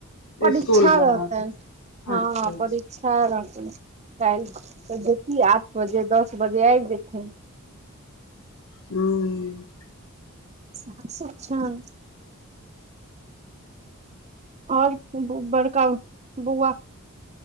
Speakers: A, on the right; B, on the left.
A: परीक्षा
B: स्कूल बहुत
A: रहतनि,
B: अच्छा
A: हं
B: ह
A: परीक्षा रहतनि काल्हि त जेेती आठ बजे दस बजे आबि जेथिन
B: हूंउ
A: सेह सेह छनि आओर बड़का बौआ